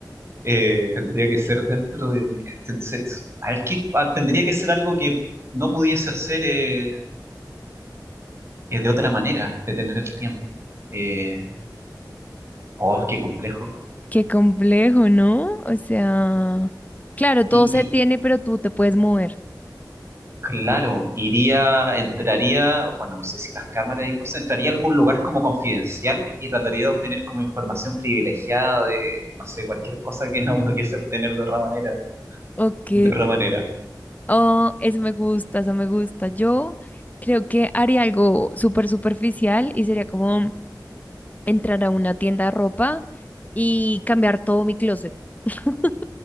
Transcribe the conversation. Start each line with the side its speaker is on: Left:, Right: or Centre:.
Right: eh, tendría que ser dentro de mi... se- se- A ver, ¿qué, a- tendría que ser algo que no pudiese hacer eh, eh, de otra manera, de tener el tiempo. Eh, oh, qué complejo.
Left: Qué complejo, ¿no? O sea, claro, todo
Right: Y,
Left: se
Right: y
Left: tiene, pero tú te puedes mover.
Right: claro, iría, entraría, bueno, no sé si las cámaras y cosas, entraría a algún lugar como confidencial y trataría de obtener como información privilegiada de, no sé, cualquier cosa que no pudiese obtener de otra manera.
Left: Ok.
Right: De otra manera.
Left: Oh, eso me gusta, eso me gusta. Yo creo que haría algo súper superficial y sería como entrar a una tienda de ropa y cambiar todo mi closet. <laughs>